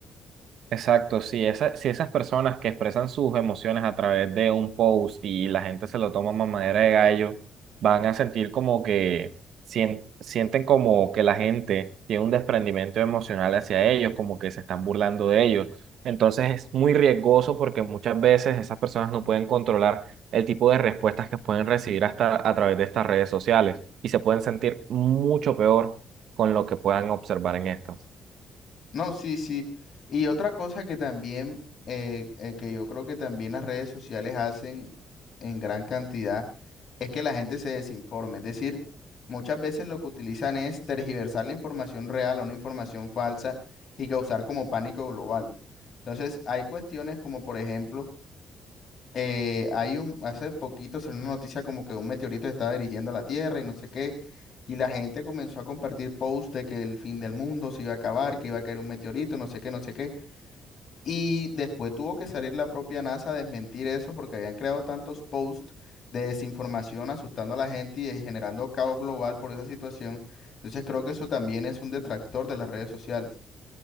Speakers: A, on the right; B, on the left.
A: Exacto, si, esa- si esas personas que expresan sus emociones a través de un post y la gente se lo toma a manera de gallo, van a sentir como que sien- sienten como que la gente tiene un desprendimiento emocional hacia ellos, como que se están burlando de ellos. Entonces es muy riesgoso porque muchas veces esas personas no pueden controlar el tipo de respuestas que pueden recibir hasta a través de estas redes sociales y se pueden sentir mucho peor con lo que puedan observar en estas.
B: No, sí, sí. Y otra cosa que también, eh, eh, que yo creo que también las redes sociales hacen en gran cantidad, es que la gente se desinforme. Es decir, muchas veces lo que utilizan es tergiversar la información real a una información falsa y causar como pánico global. Entonces, hay cuestiones como, por ejemplo, eh, hay un, hace poquito salió una noticia como que un meteorito se estaba dirigiendo a la Tierra y no sé qué, y la gente comenzó a compartir posts de que el fin del mundo se iba a acabar, que iba a caer un meteorito, no sé qué, no sé qué, y después tuvo que salir la propia NASA a desmentir eso porque habían creado tantos posts de desinformación asustando a la gente y eh, generando caos global por esa situación. Entonces creo que eso también es un detractor de las redes sociales.